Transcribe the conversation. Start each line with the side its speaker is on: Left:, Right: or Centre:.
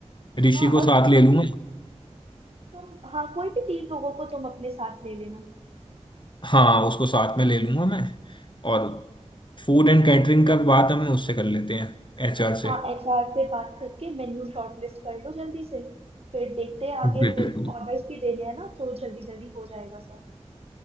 Left: ऋषि
Right: हाँ और
Left: को साथ
Right: तुम
Left: ले
Right: भी
Left: लूंगा
Right: तुम हाँ कोई भी तीन लोगों को तुम अपने साथ ले लेना
Left: हाँ उसको साथ में ले लूंगा मैं और फूड एंड कैटरिंग का बात हमें उससे कर लेते हैं एचआर से
Right: हाँ एचआर से बात करके मेन्यू शॉर्टलिस्ट कर लो जल्दी से फिर देखते हैं आगे
Left: बिल्कुल
Right: फिर ऑर्डर्स भी देने हैं ना तो जल्दी जल्दी हो जाएगा सब